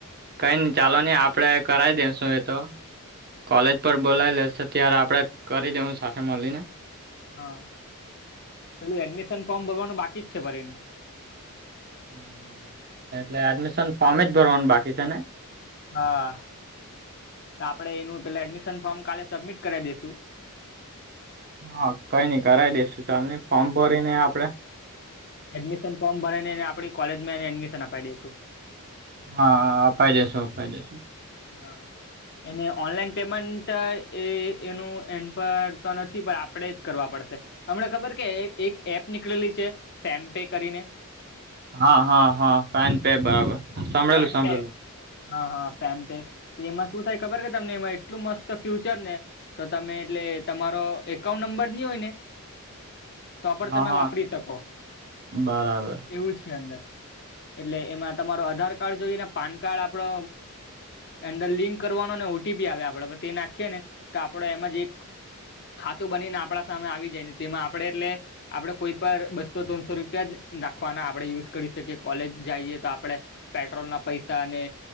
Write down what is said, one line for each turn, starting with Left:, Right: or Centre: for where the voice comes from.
Right: કઈ ન ચાલો નહી આપડે કરાઈ દે શું એતો. કોલેજ પર બોલાવી લેશે ત્યારે આપડે કરી દે હું સાથે મળીને.
Left: હા, પેલું એડમિશન ફોર્મ ભરવાનું બાકી જ છે ભરે એનું.
Right: બબ એટલે એડમિશન ફોર્મ જ ભરવાનું બાકી છે ને?
Left: હા. તો આપડે એનું પેલા એડમિશન ફોર્મ કાલે સબમિટ કરીવ દેસું.
Right: હા કઈ નઈ કરાવી દેશુ ચાલ નઈ ફોર્મ
Left: પછી
Right: ભરી
Left: એને
Right: ને આપડે
Left: એડમિશન ફોર્મ ભરી ને એને આપણી કોલેજ માં એને એડમિશન અપી દેસુ.
Right: હા અપાય દસો અપાય દસો.
Left: હા. એને ઓનલાઈન પેમેન્ટ એ એનું એન પર તો નથી પણ આપણેે જ કરવા પડશે. અમને ખબર કે એક એપ નીકળેલી છે, પેમ પે કરીને.
Right: હા હા હા પેન પે બરાબર. સાંભળેલું
Left: પેનપે.
Right: સાંભળેલું
Left: હા હા ફેન પે, એમાં શું થાય ખબર કે તમને એમાં એટલું મસ્ત ફ્યુચર ને. તો તમે એટલે તમારો એકાઉન્ટ નંબર નની હોય ને.
Right: <inaudible>
Left: તો પણ તમે
Right: હા
Left: વાપરી શકો.
Right: બરાબર
Left: એવું છે અંદર, એટલે એમાં તમારોું આધાર કાર્ડ જોઈને પાન કાર્ડ આપડો અંદર લિંક કરવાનો ને ઓ ટી પી આવે આપડા પર તે નાખીએ ને તો આપડે એમાં જે ખાતું બનીને આપણા સામે આવી જાય ને તેમાં આપડે એટલે આપડે કોઈ પર બસો ત્રણસો રૂપિયા જ નાખવાના આપણે યુઝ કરી શકીએ કોલેજ જઈએ તો આપણેે પેટ્રોલ ના પૈસા અને